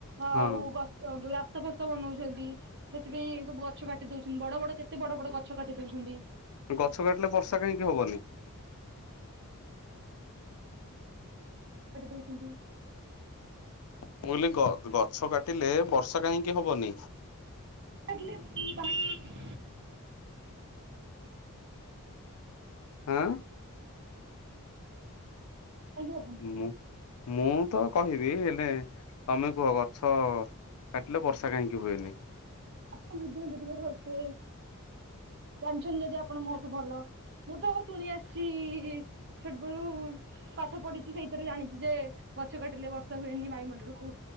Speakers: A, on the right; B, on the left.
A: ଆଉ
B: ହଁ
A: ଗ ଫସ ବନଉଛନ୍ତି ସେଥିପାଇଁ ସବୁ ଗଛ କାଟି ଦଉଛନ୍ତି ବଡ ବଡ କେତେ ବଡ ବଡ ଗଛ କାଟି ଦଉଛନ୍ତି।
B: ଗଛ କାଟିଲେ ବର୍ଷା କାହିଁକି ହବନି?
A: ପଟ ଦେଖନ୍ତି
B: ମୁଁ କହିଲି ଗ ଗ ଗଛ କାଟିଲେ ବର୍ଷା କାହିଁକି ହବନି?
A: କଲେ କଣ
B: ହଁ
A: ଆଣି ହବନ
B: ମୁଁ ମୁଁ ତ କହିବି ହେଲେ ତମେ କୁହ ଗଛ କାଟି ହେଲେ ବର୍ଷା କାହିଁକି ହୁଏନି?
A: ଆପଣ ବୁଝନ୍ତୁ ଟିକେ ଭଲସେ ଜାଣିଛଛନ୍ତି ଯଦି ଆପଣ ମୋଠୁ ଭଲ ମୁଁ ତ ଶୁଣି ଆସିଛି ସେଠବେଳୁ ପାଠ ପଢିଚି ସେଇଥିରେ ଜାଣିଛି ଯେ ପଛ କାଟିଲେ ବର୍ଷା ହୁଏନି ବାୟୁମଣ୍ଡଳକୁ